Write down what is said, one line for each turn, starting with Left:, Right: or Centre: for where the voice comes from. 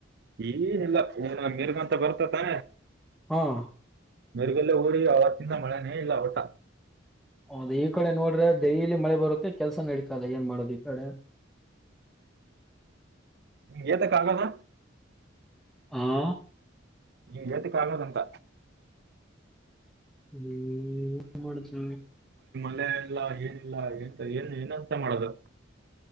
Right: ಏನಿಲ್ಲ ಇನ ಮಿರ್ಗಂತ ಬರ್ತಾತಾ
Centre: ಹ್ಮ್
Right: ಮಿರುಗಿಂದ ಊಡಿ ಅವತ್ತಿಂದ ಮಳೆನೇ ಇಲ್ಲ ವಟ್ಟ
Centre: ಹೌದು ಈ ಕಡೆ ನೋಡ್ರೆ ಡೈಲಿ ಮಳೆ ಬರುತ್ತೆ ಕೆಲ್ಸ ನಡೀತಲ್ಲ ಏನ್ ಮಾಡದು ಈ ಕಡೆ
Right: ಹಿಂಗ್ ಏತಕ್ ಆಗದ
Centre: ಹಾ
Right: ನಿ ಜಾತೆ ಕಾಲೋದಂತ
Centre: ಹ್ಮ್ <unintelligible>
Right: ಲ್ಲ ಇಲ್ಲ ಏನಿಲ್ಲ ಎಂತ ಏನ್ ಏನಂತ ಮಾಡೋದು.